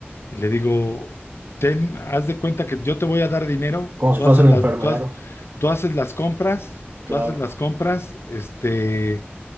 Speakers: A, on the left (about 80°); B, on the right (about 45°).
A: Y le digo, ten, haz de cuenta que yo te voy a dar dinero,
B: Como
A: tú
B: si fuese
A: haces
B: el
A: las,
B: enfermero.
A: tú haz- tú haces las compras,
B: Claro.
A: tú haces las compras, este,